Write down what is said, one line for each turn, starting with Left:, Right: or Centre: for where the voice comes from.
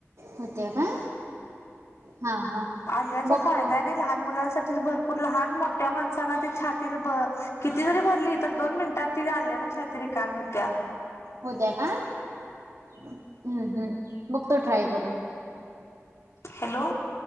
Right: होतेय का? हा हा.
Left: आल्याचा
Right: बघतो
Left: फायदाय नी, लहान मुलांसाठी भरपूर. पण लहान मोठ्या माणसालाना ते, छाती ति किती जरी भरली तर दोन मिनिटात ती झाल्यान छाती रीकामी होत्या.
Right: होत्या का? हम्म हम्म, बघतो ट्राय करून.
Left: हॅलो.